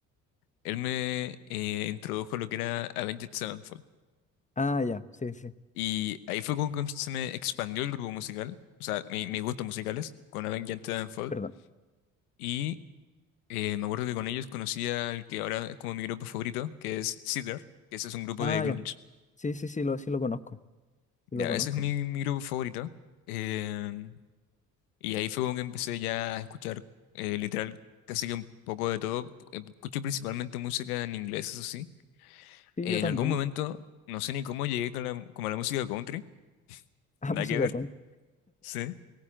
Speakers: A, on the left; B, on the left.
A: él me eh, introdujo lo que era Avenged Sevenfold.
B: Ah, ya, sí, sí,
A: Y ahí fue como que se me expandió el grupo musical, o sea, mi- mis gustos musicales, con Avenged Sevenfold.
B: perdón.
A: Y eh, me acuerdo que con ellos conocí al que ahora es como mi grupo favorito, que es Seether, que ese es un grupo
B: Ah,
A: de grunge.
B: ya. Sí, sí, sí, lo, sí lo conozco. Sí
A: Ya,
B: lo conozco.
A: ese es mi, mi grupo favorito. Em, y ahí fue como que empecé ya a escuchar eh, literal casi que un poco de todo. Escucho principalmente música en inglés, eso sí.
B: Sí,
A: En
B: yo también.
A: algún momento,
B: <laughs>
A: no sé ni cómo llegué con la, como a la música country,
B: Ah,
A: nada
B: música
A: que ver.
B: con.
A: Sí.